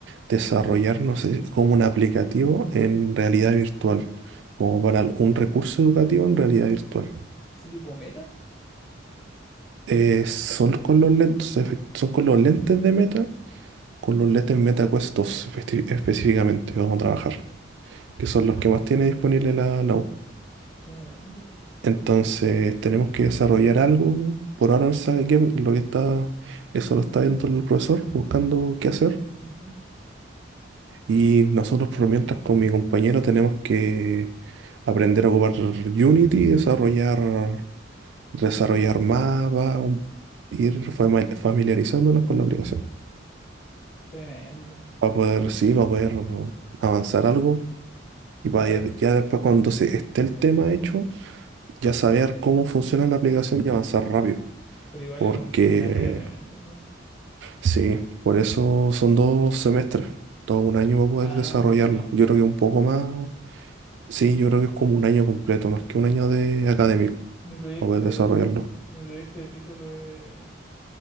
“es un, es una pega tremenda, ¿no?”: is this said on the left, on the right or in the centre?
Left